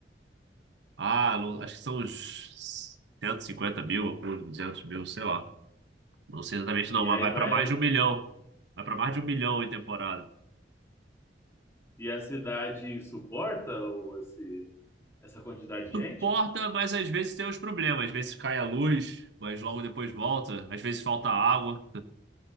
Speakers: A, on the right (about 80°); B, on the left (about 15°).
A: Ah, não- acho que são uns 150 mil, ou uns 200 mil, sei lá. Não sei exatamente não,
B: E
A: mas
B: aí
A: vai para
B: vai.
A: mais de um milhão. Vai para mais de um milhão em temporada.
B: E a cidade suporta o- esse, essa quantidade de
A: Suporta,
B: gente?
A: mas às vezes tem uns problemas. Às vezes cai a luz, mas logo depois volta. Às vezes falta água,